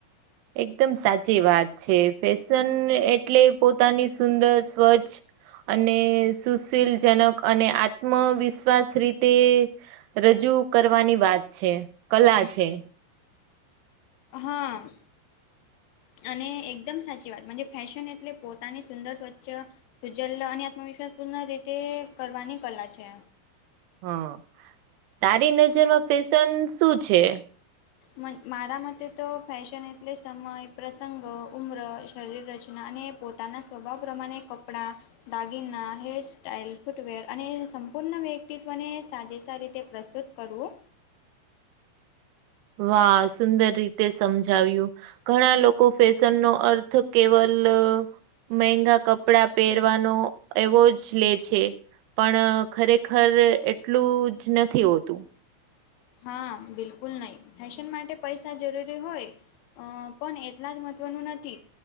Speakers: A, on the right (about 80°); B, on the left (about 80°).
A: એકદમ સાચી વાત છે. ફેશન એટલે પોતાની સુંદર, સ્વચ્છ અને સુશીલજનક અને આત્મવિશ્વાસ રીતે રજૂ કરવાની વાત છે, કલા છે.
B: હા. અને એકદમ સાચી વાત મજે ફેશન એટલે પોતાની સુંદર, સ્વચ્છ સુજ્જલ અને આત્મવિશ્વાસ પૂર્ણ રીતે કરવાની કલા છે.
A: હા. તારી નજરમાં ફેશન શું છે?
B: મ મારા મતે તો ફેશન એટલે સમય, પ્રસગો, ઉમ્ર, શરીર રચના અને પોતાના સ્વભાવ પ્રમાણે કપડાં દાગીના, હેર સ્ટાઈલ, ફૂટવેર અને સંપૂર્ણ વ્યક્તિત્વને સાજીસા રીતે પ્રસ્તુત કરવું.
A: વાહ સુંદર રીતે સમજાવ્યું. ઘણા લોકો ફેશન નો અર્થ કેવલ મહેંગા કપડા પહેરવાનો એવો જ લે છે. પણ ખરેખર એટલું જ નથી હોતું.
B: હા બિલકુલ નય. <unintelligible> ફેશન માટે પૈસા જરૂરી હોય પણ એટલા જ મહત્વનું નથી.